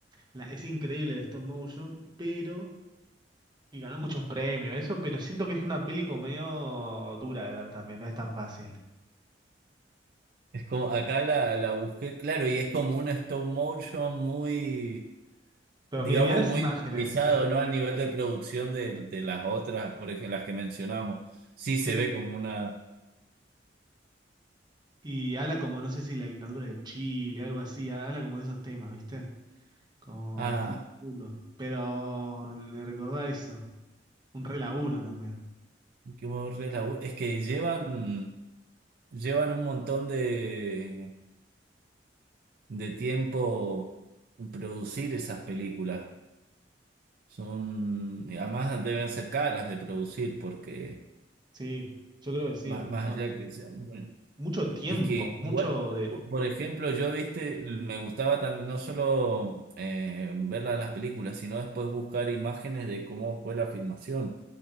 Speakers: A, on the right; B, on the right.
A: La- es increíble el stop motion, pero. Y ganó muchos premios, eso, pero siento que es una peli como medio dura de ver también, no es tan fácil.
B: Es como, acá la, la busqué, claro, y es como un stop motion muy,
A: Pero
B: digamos,
A: mira, mira las
B: muy
A: imágenes.
B: improvisado,
A: es re-
B: ¿no? Al nivel de producción de, de las otras, por ejemplo, las que mencionamos. Sí se
A: Sí.
B: ve como una.
A: Y habla como, no sé si la dictadura de Chile, algo así, habla como de esos temas, ¿viste? Como
B: Ah,
A: bastante duro. Pero le recordá eso. Un re laburo también.
B: qué buen relabu- Es que llevan, llevan un montón de de tiempo producir esas películas. Son, y además deben ser caras de producir porque
A: Sí, yo creo que sí.
B: más, más
A: No,
B: allá que sea, bueno,
A: mucho tiempo,
B: es que
A: mucho
B: igual,
A: de.
B: po- por ejemplo, yo, viste, me gustaba también no solo eh, ver la- las películas, sino después buscar imágenes de cómo fue la filmación.